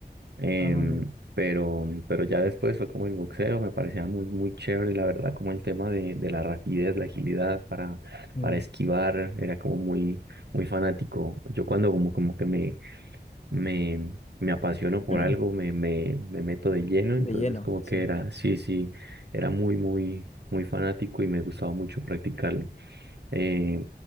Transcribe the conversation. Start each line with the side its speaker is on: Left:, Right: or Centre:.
Right: Em,
Left: ah, ya,
Right: pero, pero ya después fue como el boxeo, me parecía muy, muy chévere, la verdad, como el tema de, de la rapidez, la agilidad para,
Left: mm,
Right: para esquivar, era como muy, muy fanático. Yo cuando como, como que me, me, me apasiono por
Left: <clears throat>
Right: algo, me, me, me meto de lleno,
Left: de
Right: entonces
Left: lleno,
Right: como
Left: sí.
Right: que era, sí, sí, era muy, muy, muy fanático y me gustaba mucho practicarlo eh,